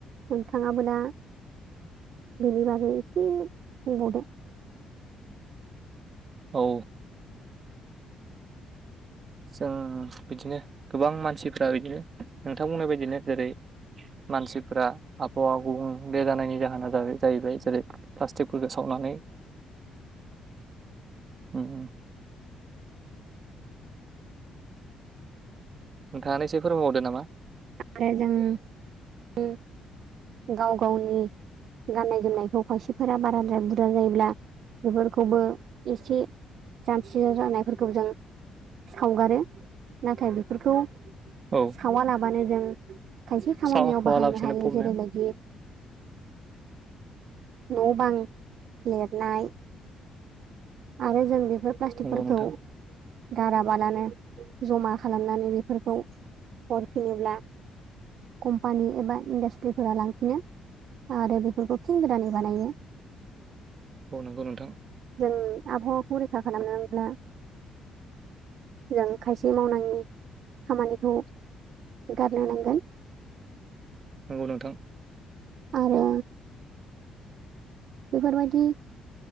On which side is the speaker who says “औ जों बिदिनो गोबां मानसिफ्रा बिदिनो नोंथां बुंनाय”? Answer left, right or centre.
Right